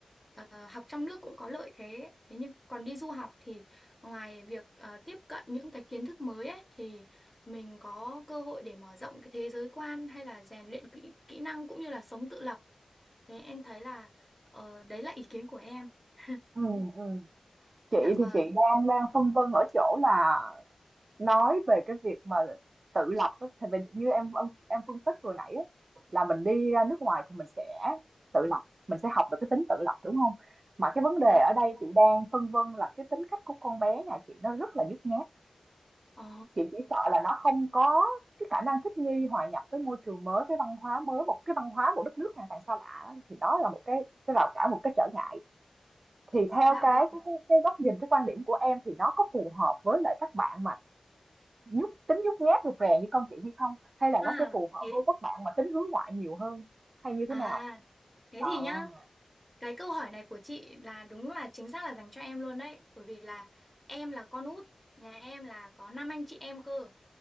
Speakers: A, in the centre; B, on the right.
A: ờ, học trong nước cũng có lợi thế. Thế nhưng còn đi du học thì ngoài việc ờ, tiếp cận những cái kiến thức mới ấy thì mình có cơ hội để mở rộng cái thế giới quan hay là rèn luyện kỹ, kỹ năng cũng như là sống tự lập. Thế em thấy là ờ, đấy là ý kiến của em. <laughs>
B: ừ ừ chị
A: Dạ vâng.
B: thì chị đang đang phân vân ở chỗ là Nói về cái việc mà tự lập á, thì mình như em em phân tích vừa nãy á, là mình đi ra nước ngoài thì mình sẽ tự lập, mình sẽ học được cái tính tự lập, đúng không Mà cái vấn đề
A: Dạ.
B: ở đây chị đang phân vân là cái tính cách của con bé nhà chị nó rất là nhút nhát,
A: Ồ,
B: chị chỉ sợ là nó không có cái khả năng thích nghi, hòa nhập với môi trường mới, với văn hóa mới, một cái văn hóa, một đất nước hoàn toàn xa lạ thì đó là một cái cái rào cản, một cái trở ngại. Thì theo
A: dạ
B: cái
A: vâng.
B: cái cái góc nhìn, cái quan điểm của em thì nó có phù hợp với lại các bạn mà nhút tính nhút nhát rụt rè như con chị hay không hay là
A: À,
B: nó sẽ phù hợp
A: thế
B: với các bạn mà tính hướng ngoại nhiều hơn hay như
A: à,
B: thế nào
A: thế
B: đó
A: thì nhá, cái câu hỏi này của chị là đúng là chính xác là dành cho em luôn đấy, bởi vì là em là con út, nhà em là có năm anh chị em cơ.